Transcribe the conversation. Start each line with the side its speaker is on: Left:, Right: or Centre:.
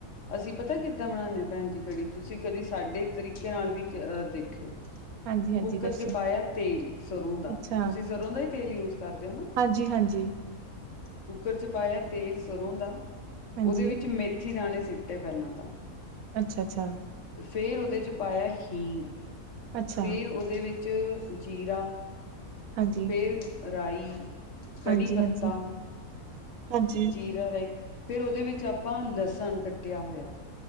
Left: ਅਸੀਂ ਪਤਾ ਕਿੱਦਾਂ ਬਨਾਦੇ ਹਾਂ ਭੈਣ ਜੀ ਕੜੀ ਤੁਸੀਂ ਕਦੇ ਸਾਡੇ ਤਰੀਕੇ ਨਾਲ ਵੀ ਅਹ ਦੇਖਿਓ।
Right: ਹਾਂਜੀ ਹਾਂਜੀ
Left: ਕੁੱਕਰ
Right: ਦੱਸਿਓ
Left: ਚ ਪਾਇਆ ਤੇਲ ਸਰ੍ਹੋਂ ਦਾ
Right: ਅੱਛਾ
Left: ਤੁਸੀਂ ਸਰ੍ਹੋਂ ਦਾ ਹੀ ਤੇਲ ਯੂਜ ਕਰਦੇ ਹੋ ਨਾ।
Right: ਹਾਂਜੀ ਹਾਂਜੀ
Left: ਕੁੱਕਰ ਚ ਪਾਇਆ ਤੇਲ ਸਰ੍ਹੋਂ ਦਾ।
Right: ਹਾਂਜੀ
Left: ਉਹਦੇ ਵਿੱਚ ਮੇਥੀ ਦਾਣੇ ਸੀਟੇ ਪਹਿਲਾਂ ਤਾਂ।
Right: ਅੱਛਾ ਅੱਛਾ।
Left: ਫੇਰ ਉਹਦੇ ਚ ਪਾਇਆ ਹਿੰਗ
Right: ਅੱਛਾ
Left: ਫੇਰ ਉਹਦੇ ਵਿੱਚ ਚ ਜ਼ੀਰਾ
Right: ਹਾਂਜੀ
Left: ਫੇਰ ਰਾਈ। ਕੜੀ
Right: ਹਾਂਜੀ
Left: ਪਤਾ
Right: ਹਾਂਜੀ ਹਾਂਜੀ
Left: ਜੀਰਾ ਰਾਈ ਫਿਰ ਉਹਦੇ ਵਿੱਚ ਆਪਾਂ ਲਸਣ ਕੱਟਿਆ ਹੋਇਆ।